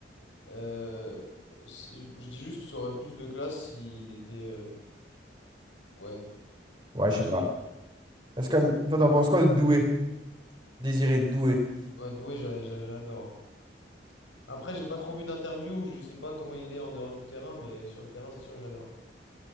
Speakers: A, on the left; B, on the right.
A: euh, c'est- je dis juste que ça aurait plus de classe s'il était, euh, ouais,
B: Ouais,
A: stoïque.
B: je sais pas. Parce que, toi, t'en penses quoi de Doué? Désiré Doué?
A: Ouais, doué, j'a- j'a- j'adore. Après, j'ai pas trop vu d'interview, je sais pas comment il est en dehors du terrain, mais sur le terrain, c'est sûr que j'adore.